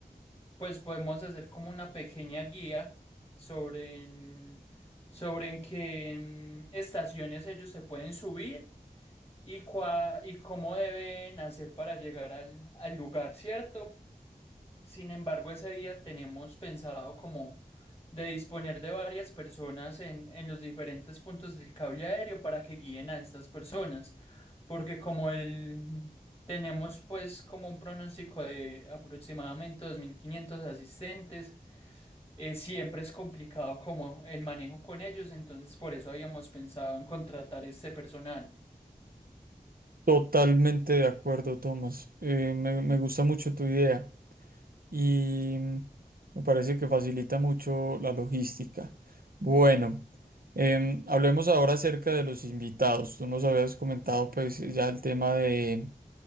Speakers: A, on the left; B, on the right.
A: pues podemos hacer como una pequeña guía sobre, en- sobre en qué mm, estaciones ellos se pueden subir y, cua- y cómo deben hacer para llegar al, al lugar, ¿cierto? Sin embargo, ese día tenemos pensado como de disponer de varias personas en, en los diferentes puntos del cable aéreo para que guíen a estas personas, porque como el, tenemos pues como un pronóstico de aproximadamente 2.500 asistentes, eh, siempre es complicado como el manejo con ellos, entonces por eso habíamos pensado en contratar este personal.
B: Totalmente de acuerdo, Tomás. Eh, me, me gusta mucho tu idea y mm, me parece que facilita mucho la logística. Bueno, em, hablemos ahora acerca de los invitados. Tú nos habías comentado pues ya el tema de